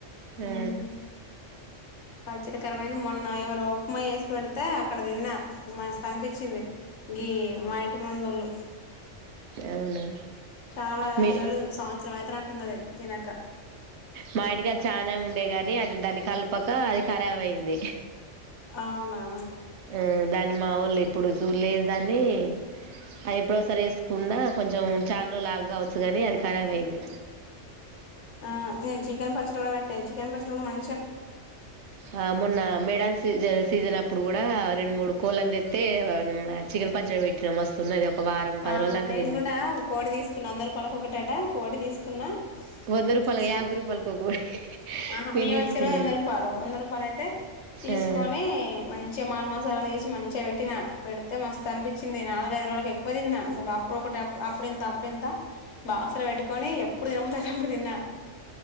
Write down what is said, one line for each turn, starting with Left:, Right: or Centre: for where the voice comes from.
Right: ఆ
Left: ఉహు పచ్చడి కరవు అయింది, మొన్న ఎవరొ ఉప్మా వేసి పెడితే అక్కడ తిన్నా మస్తు అనిపిచ్చింది గీ మా ఇంటి ముందొళ్ళు.
Right: అవునా
Left: చాలా
Right: మీ
Left: నెలలు సంవత్సరం అయితన్నట్టు ఉన్నది తినక
Right: మా ఇంటికి అది చాలనానే ఉండే గాని అది దాని కలపక అది ఖరాబ్ అయింది
Left: అవునా
Right: ఆ దాన్ని మా వాళ్ళు ఎప్పుడు జూల్లేదు దాన్ని అది ఎప్పుడోసారి వేసుకున్నా కొంచెం చాండ్రోలాగ్ కావచ్చు కానీ అది ఖరాబ్ అయింది.
Left: ఆ నే చికన్ ప వెట్ట చికె ప మ
Right: ఆ మొన్న మేడజ సీజన్ అప్పుడు కూడా రెండు మూడు కోళ్ళనిత్తే చికెన్ పచ్చడి పెట్టిన వస్తున్న అది ఒక వారం పది
Left: ఆ
Right: రోజుల దాంక
Left: నేను
Right: తిన్నాం
Left: కూడా ఒక కోడి తీసుకున్నా అందరు పలక ఒకటట కోడి తీసుకున్నా
Right: వంద రూపాయలు
Left: తీసుకో
Right: యాభై రూపాయలకు ఒక కోడి
Left: ఆహా
Right: మేము
Left: మీ
Right: తీసుకున్నది
Left: వచ్చ వంద రూపాలైతే తీసుకొని
Right: ఆ
Left: మంచిగా మాలు మసాలాలు ఏసి మంచిగా పెట్టినా. పెడితే మస్తు అనిపించింది నాలుగైదు రోజులకు ఎక్కువ తిన్నా. అసలు అప్పుడొకటి అప్ అప్పుడింత అప్పుడింత బాక్స్ లో పెట్టుకొని ఎప్పుడు తినబుద్దైతప్పుడు తిన్నా